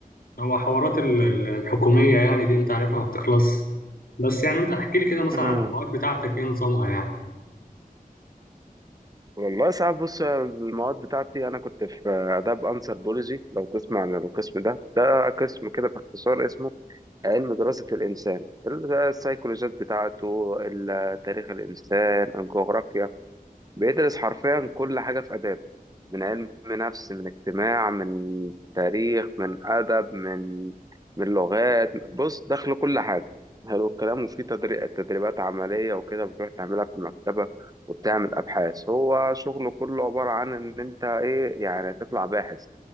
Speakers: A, on the left; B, on the right.
A: هو حوارات ال- ال- الحكومية يعني دي انت عارفها ما بتخلص بس يعني انت احكي لي كده مثلا
B: امم
A: عن المواد بتاعتك ايه نظامها يعني
B: والله ساعات بص المواد بتاعتي انا كنت في اداب انثروبولوجي لو تسمع عن القسم ده ده قسم كده باختصار اسمه علم دراسة الانسان السايكولوجيات بتاعته ال- تاريخ الانسان الجغرافيا بيدرس حرفيا كل حاجة في اداب من علم نفس من اجتماع من تاريخ من أدب من من لغات بص دخل كل حاجة حلو الكلام وفي تدري- تدريبات عملية وكده بتروح تعملها في المكتبة وبتعمل أبحاث هو شغله كله عبارة عن إن أنت إيه يعني تطلع باحث